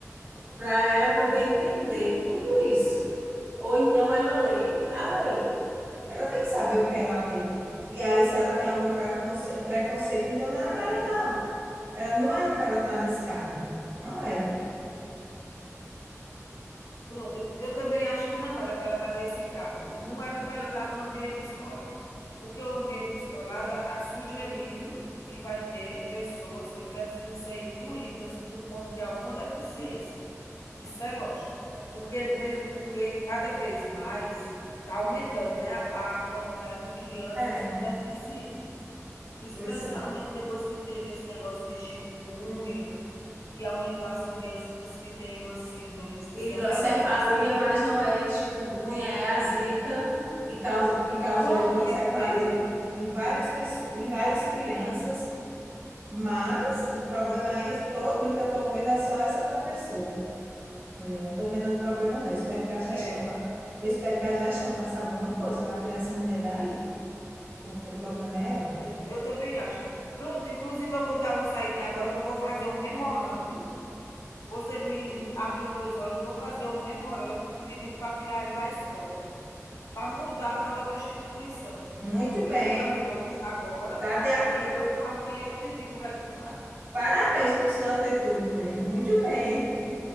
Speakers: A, on the right; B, on the left.
A: para ela poder entender tudo isso. Ou então ela lê a lei. Ela tem que saber o que ela lê. E aí, se ela tem algum preconce- preconceito, então não era para
B: É,
A: ela, tá- ela não era para ela estar nesse cargo. Não era.
B: Pronto, eu também acho que não era para ela estar nesse cargo, não era para ela estar no ambiente escolar, porque o ambiente escolar já está sugerindo que vai ter pessoas que precisam ser incluídas por conta de alguma deficiência. Isso é lógico, porque mesmo porque cada vez mais está aumentando, né, a quantidade de crianças
A: É,
B: com deficiências, especialmente
A: pois é.
B: depois que teve esse negócio de chikungunya, que aumentou as crianças que têm uma síndrome, esqueci
A: hidrocefalia,
B: até o nome da síndrome.
A: mas não é chikungunya,
B: Sim.
A: é a zika que causou, que causou
B: Pronto,
A: hidrocefalia
B: isso mesmo.
A: em várias pessoas, em várias crianças, mas o problema aí todo em que eu estou vendo é só essa professora. Mulher, eu não estou vendo outro problema, não. Eu espero que a gestão,
B: É,
A: fa- eu espero que a gestão faça alguma coisa para tirar essa mulher daí, porque o problema é ela.
B: eu, eu também acho. Pronto, inclusive eu vou dar uma saidinha agora que eu vou fazer um memorando. Você me, me abriu meus olhos, vou fazer um memorando pedindo para tirar ela da escola, para mudar para outra instituição.
A: Muito
B: Eu
A: bem.
B: vou fazer logo isso agora
A: Tá de a-
B: e
A: eh,
B: quando for amanhã eu te digo o resultado.
A: Parabéns por sua atitude, mulher. Muito bem.